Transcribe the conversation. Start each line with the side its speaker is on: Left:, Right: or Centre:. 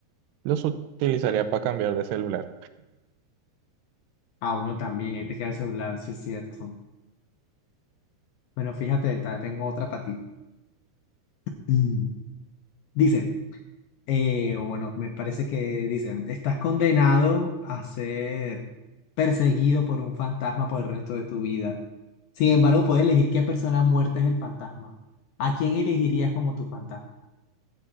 Right: los utilizaría para cambiar de celular.
Left: Ah, bueno, también, hay que queda el celular, sí es cierto. Bueno, fíjate, ta- tengo otra para ti. Mm. Dice, eh, o bueno, me parece que dicen, estás condenado a ser perseguido por un fantasma por el resto de tu vida. Sin embargo, puedes elegir qué persona muerta es el fantasma. ¿A quién elegirías como tu fantasma?